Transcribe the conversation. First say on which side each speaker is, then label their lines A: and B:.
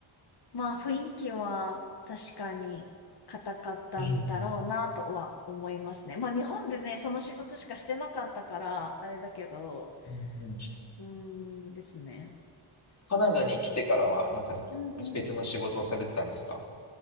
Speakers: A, on the left; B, on the left.
A: まあ、雰囲気は確かに硬かったんだろうなとは思いますね。
B: うん、
A: まあ、日本でね、その仕事しかしてなかったから、あれだけど、
B: うんうん。
A: うーんですね。
B: カナダに来てからは、なんか
A: うんうん。
B: 別の仕事をされてたんですか